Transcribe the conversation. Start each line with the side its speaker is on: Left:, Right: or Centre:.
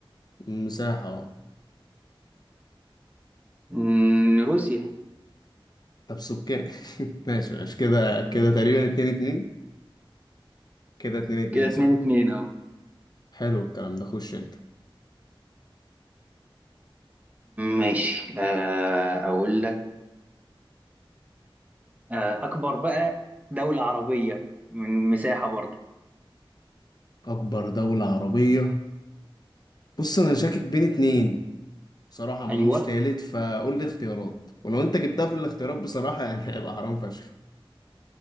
Left: مساحة اه
Right: من روسيا
Left: طب سكان <laughs> ماشي ماشي كده كده تقريبا اتنين اتنين كده اتنين اتنين
Right: كده اتنين
Left: صح
Right: اتنين أهو
Left: حلو الكلام ده خش انت
Right: ماشي آه أقول لك آه أكبر بقى دولة عربية من مساحة برضه
Left: اكبر دولة عربية بص انا شاكك بين اتنين بصراحة ما
Right: أيوه
Left: لهمش تالت فقول لي اختيارات ولو انت جبتها في الاختيارات بصراحة يعني <laughs> هيبقى حرام فشخ